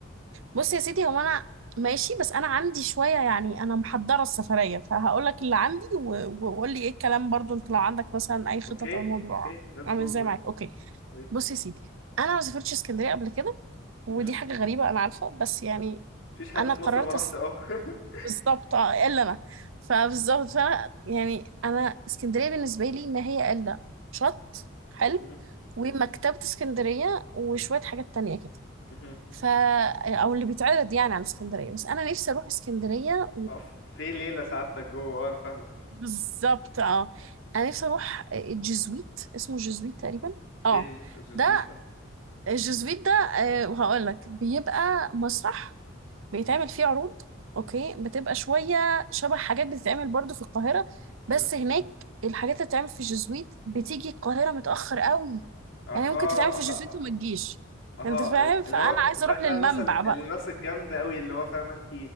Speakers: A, on the right (about 75°); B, on the left (about 65°).
A: بص يا سيدي هو انا ماشي بس انا عندي شوية يعني انا محضرة السفرية فهقول لك اللي عندي و- وقول لي ايه الكلام برضو انت لو عندك مثلا اي خطط
B: اوكي
A: او الموضوع
B: اوكي ليتس
A: عامل
B: جو
A: ازاي
B: قولي
A: معاك اوكي
B: قولي
A: بص يا سيدي انا ما سافرتش اسكندرية قبل كده ودي
B: مم.
A: حاجة غريبة أنا عارفة بس يعني
B: مفيش حد
A: أنا
B: في
A: قررت
B: مصر ما راحش
A: أس...
B: اه <laughs>
A: بالظبط اه إلا أنا فبالظبط فأنا يعني أنا اسكندرية بالنسبة لي ما هي إلا شط حلو
B: مم.
A: ومكتبة
B: مم.
A: اسكندرية وشوية
B: مم.
A: حاجات تانية كده
B: مهم.
A: ف او اللي بيتعرض يعني على اسكندرية بس انا نفسي اروح اسكندرية
B: اقف في ليلة سعادتك جوه اه انا فاهمك
A: وبالظبط اه انا نفسي اروح الجزويت اسمه الجزويت تقريبا اه
B: ايه جو جو
A: ده
B: سويت اه
A: الجزويت ده آه، وهقول لك بيبقى مسرح بيتعمل فيه عروض اوكي بتبقى شوية شبه حاجات بتتعمل برضو في القاهرة بس
B: مم.
A: هناك الحاجات اللي بتتعمل في الجزويت بتيجي القاهرة متأخر قوي
B: اها
A: يعني ممكن تتعمل في
B: اها
A: شتوت وما تجيش
B: اه
A: انت فاهم
B: ال-
A: فانا
B: اللي هو
A: عايزه
B: ده
A: اروح
B: بتاع
A: للمنبع
B: الناس ال-
A: بقى
B: الناس الجامدة قوي اللي هو فاهمة انت